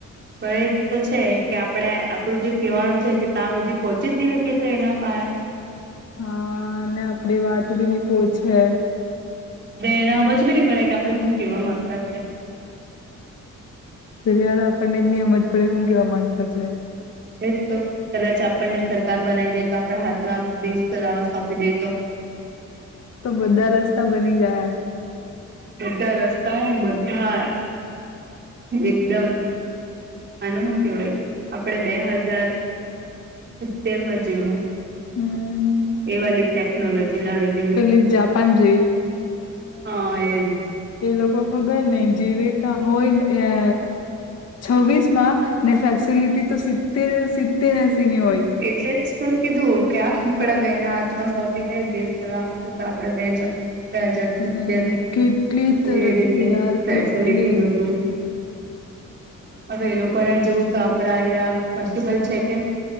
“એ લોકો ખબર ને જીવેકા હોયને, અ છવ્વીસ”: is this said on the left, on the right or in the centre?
Left